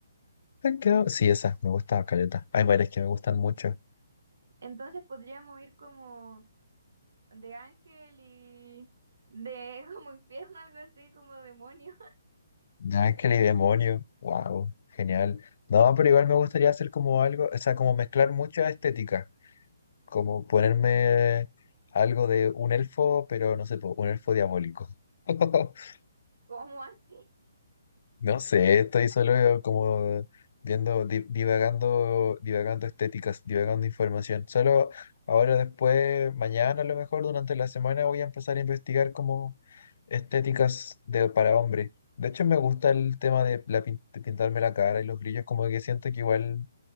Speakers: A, on the left; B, on the right.
A: Han quedado- Sí, esa, me gusta Caleta. Hay varias que me gustan mucho.
B: Entonces podríamos ir como de ángel y de <laughs> como infierno, algo así, como demonio. <laughs>
A: Ángel y Demonio, wow, genial. No, pero igual me gustaría hacer como algo, o sea, como mezclar mucha estética, como ponerme algo de un elfo, pero no sé, po, un elfo diabólico. <laughs>
B: ¿Cómo así?
A: No sé, estoy solo como viendo, di- divagando, divagando estéticas, divagando información. Solo ahora después, mañana a lo mejor, durante la semana voy a empezar a investigar como estéticas de, para hombre. De hecho, me gusta el tema de, la, pin- de pintarme la cara y los brillos, como que siento que igual